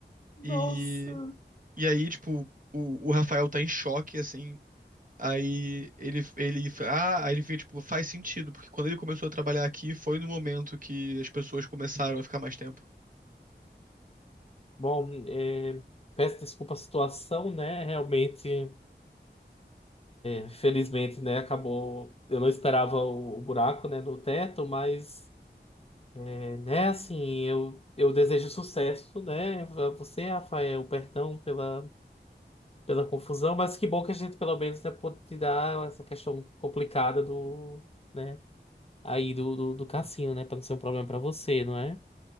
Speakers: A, on the left; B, on the right.
A: Nossa.
B: E, e aí, tipo, o, o Rafael tá em choque, assim. Aí ele, ele, ah, aí ele vê, tipo, faz sentido, porque quando ele começou a trabalhar aqui foi no momento que as pessoas começaram a ficar mais tempo.
A: Bom, é, peço desculpa a situação, né? Realmente. Infelizmente, né, acabou. Eu não esperava o, o buraco, né, no teto, mas, é, né, assim, eu, eu desejo sucesso, né, a você, Rafael, perdão pela, pela confusão, mas que bom que a gente, pelo menos, né, pôde tirar essa questão complicada do, né, aí do, do, do cassino, né, para não ser um problema para você, não é?